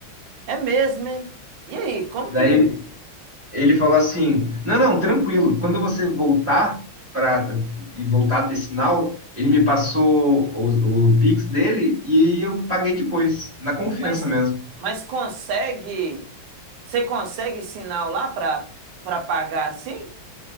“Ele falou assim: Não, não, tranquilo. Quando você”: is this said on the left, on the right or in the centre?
Right